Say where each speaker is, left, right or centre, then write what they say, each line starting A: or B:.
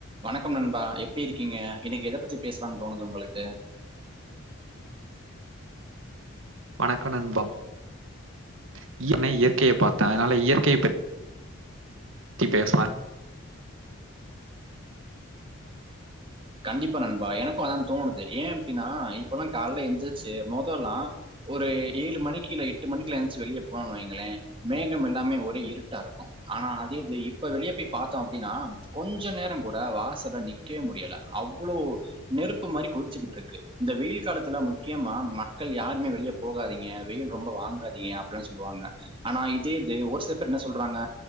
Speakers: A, on the right; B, on the right.
A: வணக்கம் நண்பா எப்டி இருக்கீங்க இன்னிக் எத பத்தி பேஸ்லான் தோணுது உங்களுக்கு
B: வணக்கோ நண்பா <inaudible> இயற்கைய பாத்தே அதுனால இயற்கைய பத்தி பேஸ்லா
A: கண்டிப்பா நண்பா எனக்கு அதா தோணுது ஏ அப்டினா இப்பல்லா கால்ல எந்திர்ச்சு மொதல்லா ஒரு ஏழு மணிக்கு இல்ல எட்டு மணிக்குலா எந்திர்ச்சு வெளிய போனோன் வெய்ங்களே மேகம் எல்லாமே ஒரே இருட் டா இருக்கு ஆனா <unintelligible> இப்ப வெளிய போய் பாத்தோ அப்டினா கொஞ்ச நேரங்கூட வாசல்ல நிக்கவே முடியல அவ்வளோ நெருப்பு மாரி கொதிச்சுக்கிட்ருக்கு இந்த வெயில் காலத்துல முக்கியமா மக்கள் யாருமே வெளிய போகாதீங்க வெயில் ரொம்ப வாங்காதீங்க அப்பிட்லா சொல்லுவாங்க ஆனா இதே இது ஒரு சில பேர் என்ன சொல்றாங்க